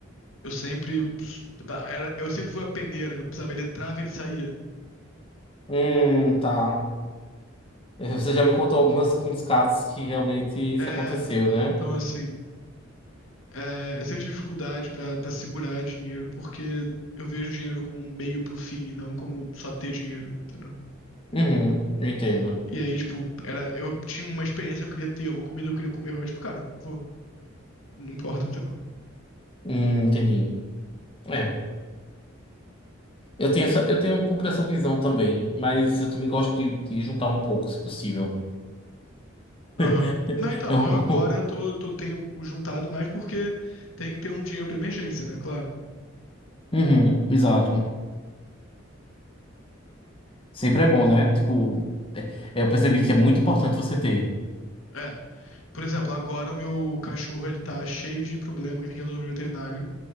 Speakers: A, on the left; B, on the left.
A: eu sempre. Era, eu sempre fui a peneira, sabe? Ele entrava, e ele saía.
B: Hum, tá. Eh, Você já me contou alguns uns casos que realmente isso
A: É,
B: aconteceu, né?
A: então assim. É, eu sempre tive dificuldade pra pra segurar dinheiro porque eu vejo dinheiro como um meio pro fim e não como só ter dinheiro, entendeu?
B: Uhum, eu entendo.
A: E aí, tipo, era, eu tinha uma experiência que eu queria ter, uma comida que eu queria comer, eu, tipo, cara, vou, não importa, entendeu?
B: Hum, entendi. É. Eu tenho essa, eu tenho um pouco dessa visão também, mas eu também gosto de, de juntar um pouco, se possível.
A: Aham.
B: <laughs>
A: Não, então,
B: Eu-
A: eu agora tô, tô, tenho juntado mais porque tem que ter um dinheiro pra emergência, né? Claro.
B: Uhum, exato. Sempre é bom, né? Tipo, é- é, eu percebi que é muito importante você ter.
A: É. Por exemplo, agora o meu cachorro, ele tá cheio de problema que tem que resolver no veterinário.